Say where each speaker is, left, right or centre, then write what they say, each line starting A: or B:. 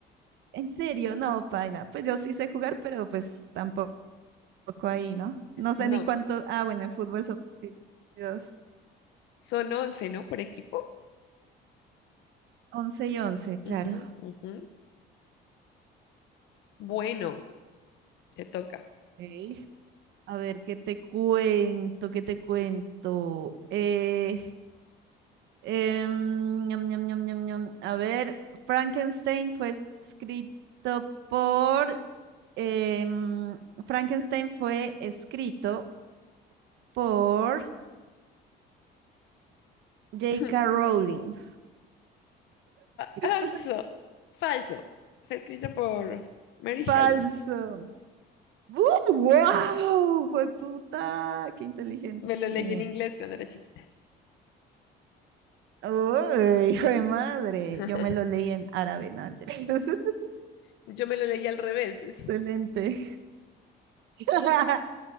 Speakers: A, on the right (about 75°); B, on the left (about 80°).
A: En serio, no, paila. Pues yo sí sé jugar, pero pues tampoco ahí, ¿no? No sé
B: No,
A: ni cuánto. Ah, bueno, en fútbol son partidos
B: son 11, ¿no? Por equipo.
A: 11 y once, claro.
B: Ujú, ujú. Bueno, te toca.
A: Ok. A ver, ¿qué te cuento? ¿Qué te cuento? Eh, em, ñam, ñam, ñam, ñam, ñam. A ver, Frankenstein fue escrito por... em, Frankenstein fue escrito por J.
B: <laughs>
A: K. Rowling. <laughs>
B: Falso. Falso. Fue escrito por Mary Shelley.
A: Falso. ¡Uh, ¡Wow! ¡Fue puta! ¡Qué inteligente!
B: Me lo
A: Muy
B: leí
A: bien.
B: en inglés cuando era chiquita.
A: ¡Uy, hijo de madre!
B: <laughs>
A: Yo me lo leí en árabe, ¿no? mentira. <laughs>
B: Yo me lo leí al revés. <laughs>
A: Excelente. <laughs>